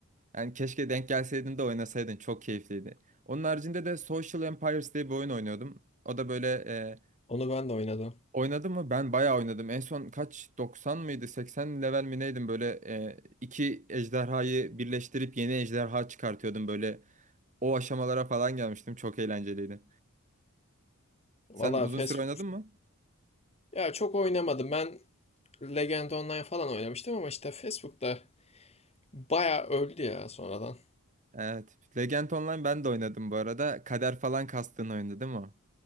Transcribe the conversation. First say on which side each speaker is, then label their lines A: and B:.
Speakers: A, on the right (about 35°); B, on the left (about 30°).
A: Yani keşke denk gelseydin de oynasaydın. Çok keyifliydi. Onun haricinde de Social Empires diye bir oyun oynuyordum. O da böyle e,
B: Onu ben de oynadım.
A: Oynadım mı? Ben bayağı oynadım. En son kaç 90 mıydı? 80 level mi neydim? Böyle e, iki ejderhayı birleştirip yeni ejderha çıkartıyordum böyle. O aşamalara falan gelmiştim. Çok eğlenceliydi. Sen
B: Valla
A: uzun
B: Fes...
A: süre oynadın mı?
B: Ya çok oynamadım. Ben Legend Online falan oynamıştım ama işte Facebook'ta bayağı öldü ya sonradan.
A: Evet. Legend Online ben de oynadım bu arada. Kader falan kastığın oyundu değil mi o?